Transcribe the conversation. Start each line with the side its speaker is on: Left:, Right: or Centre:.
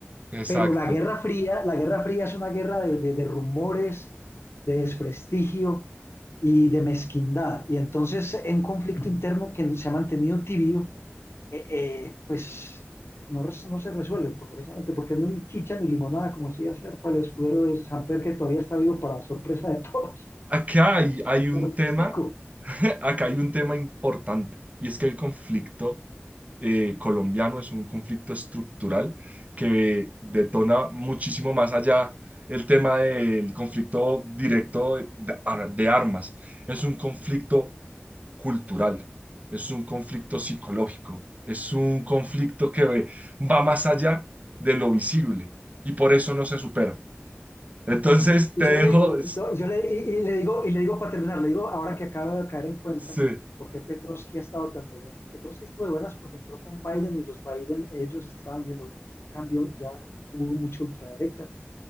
Right: exacto.
Left: Pero la guerra fría, la guerra fría es una guerra de, de, de rumores, de desprestigio y de mezquindad. Y entonces en conflicto interno que se ha mantenido tibio, eh, eh, pues no, no se resuelve precisamente porque no hay ni chicha ni limonada como si hacer para el escudero de San Pedro que todavía está vivo para sorpresa de todos.
Right: Acá hay,
Left: <laughs>
Right: hay un
Left: Pero,
Right: tema,
Left: sí,
Right: <laughs> acá hay un tema importante, y es que el conflicto eh, colombiano es un conflicto estructural que detona muchísimo más allá el tema del conflicto directo de, de armas. Es un conflicto cultural, es un conflicto psicológico, es un conflicto que va más allá de lo visible y por eso no se supera. Entonces te
Left: Y yo
Right: dejo,
Left: le digo, no, yo le, y, y le digo, y le digo para terminar, le digo, ahora que acaba de caer en cuenta,
Right: sí,
Left: ¿por qué Petrovsky ha estado tan de buenas? Petrovsky estuvo de buenas porque entró con Biden y los Biden, ellos estaban diciendo, no, es un cambio, ya hubo mucho ultraderecha,